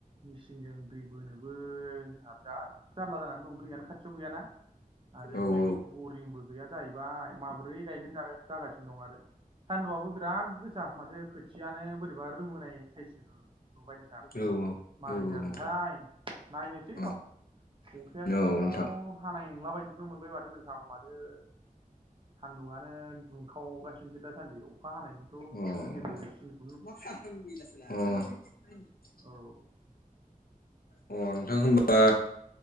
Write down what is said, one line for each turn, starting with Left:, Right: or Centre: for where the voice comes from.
Right: मेसिनजों दै बोनोबो जोंहा बिराद जारला जानानै दं दैयानो खाथियाव गैयाना आरो
Left: औ औ
Right: बरिंबो गैया जाहैबाय माबोरै गायगोन जा जागासिनो दं आरो सान्दुआबो बिराद गोसा माथो खोथियानो बोरैबा रोमोनाय साइजस नुबाय नोंथां
Left: औ औ
Right: मारै जागोनथाय
Left: नोंथां
Right: नायनोसै
Left: औ
Right: र' अखायाथ'
Left: औ नोंथां
Right: हानाय नंला बायदिखौनो मोनबाय माथो नोंथां माथो सान्दुंङनो दुंखावगासिनोसो दासान्दि अखा हानायनिथ'
Left: अ अ
Right: जेबोसिन
Left: <unintelligible>
Right: औ
Left: अ नोंथां होनबा